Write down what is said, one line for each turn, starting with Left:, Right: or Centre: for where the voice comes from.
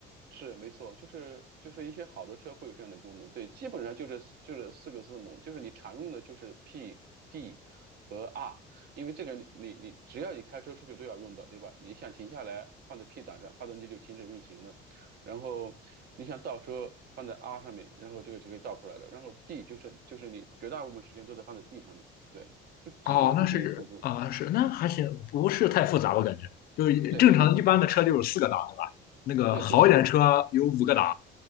Right: 是没错，就是就是一些好的车会有这样的功能，对，基本上就是就是四个字母，就是你常用的就是 P、D 和 R，因为这个你你你只要你开车出去都要用到，对吧？你想停下来放在 P 档上，发动机就停止运行了，然后你想倒车放在 R 上面，然后这个就可以倒出来了，然后 D 就是就是你绝大部分时间都在放在 D 上面，对，就基本上就这些数字，
Left: 哦，那是啊、是那还行，不是太复杂，我感觉就是正常一般的车就有四个档，
Right: 对，不是很复杂，
Left: 对吧？那个好一点的车有五个档。
Right: 对，就四个档。